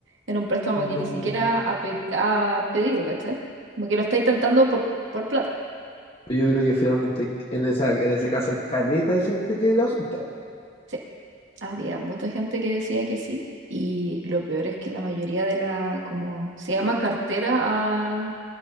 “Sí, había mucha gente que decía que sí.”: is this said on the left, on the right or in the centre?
Right